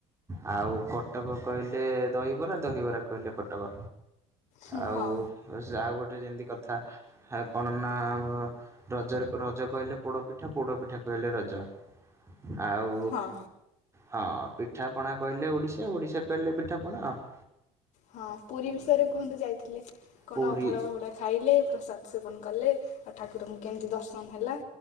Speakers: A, on the right (about 20°); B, on the left (about 55°).
A: ଆଉ କଟକ କହିଲେ ଦହିବରା ଦହିବରା କହିଲେ କଟକ।
B: ହୁଁ
A: ଆଉ
B: ହଁ
A: ଆଉ ସେ ଆଉ ଗୋଟେ ଯେମିତି କଥା ଆ କଣ ନା ବ। ରଜରେ ରଜ କହିଲେ ପୋଡପିଠା ପୋଡ ପିଠା କହିଲେ ରଜ। ଆଉ
B: ହଁ
A: ହଁ ପିଠା ପଣା କହି ହେଲେ ଓଡ଼ିଶା ଓଡ଼ିଶା କହିଲେ ପିଠାପଣା ଆଉ।
B: ହଁ ପୁରୀ ବିଷୟରେ କୁହନ୍ତୁ ଯାଇଥିଲେ? କଣ
A: ପୁରୀ
B: ଅଭଡ଼ା ଫଭଡ଼ା ଖାଇଲେ ପ୍ରସାଦ ସେବନ କଲେ ଆଉ ଠାକୁରଙ୍କୁ କେମିତି ଦର୍ଶନ ହେଲା?